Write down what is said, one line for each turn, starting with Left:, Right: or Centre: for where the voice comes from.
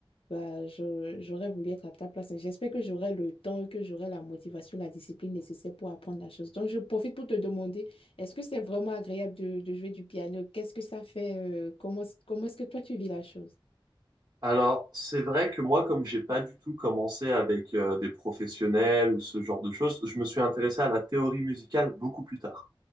Left: Bah, je- j'aurais voulu être à ta place. et J'espère que j'aurai le temps et que j'aurai la motivation, la discipline nécessaire pour apprendre la chose. Donc, je profite pour te demander, est-ce que c'est vraiment agréable de, de jouer du piano? Qu'est-ce que ça fait? euh, comment, comment est-ce que toi, tu vis la chose?
Right: Alors, c'est vrai que moi, comme j'ai pas du tout commencé avec euh, des professionnels ou ce genre de choses, je me suis intéressé à la théorie musicale beaucoup plus tard.